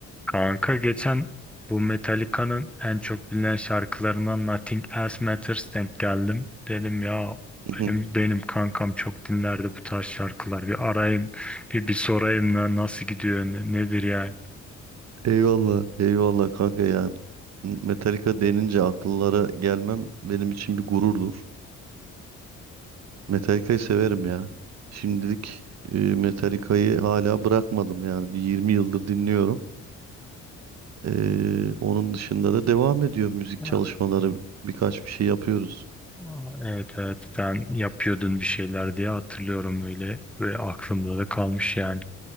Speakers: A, in the centre; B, on the right.
A: Kanka geçen bu Metallica'nın en çok bilinen şarkılarından Nothing Else Matters denk geldim. Dedim ya
B: <laughs>
A: benim benim kankam çok dinlerdi bu tarz şarkılar. Bir arayayım bir, bir sorayım lan nasıl gidiyor ne- nedir yani?
B: Eyvallah, eyvallah kanka ya. Metallica denince akıllara gelmem benim için bir gururdur. Metallica'yı severim ya. Şimdilik e, Metallica'yı hala bırakmadım yani. Bir 20 yıldır dinliyorum. E, onun dışında da devam ediyor müzik
A: Ya,
B: çalışmaları. Birkaç bir şey yapıyoruz.
A: aa, Evet evet sen yapıyordun bir şeyler diye hatırlıyorum öyle ve aklımda da kalmış yani.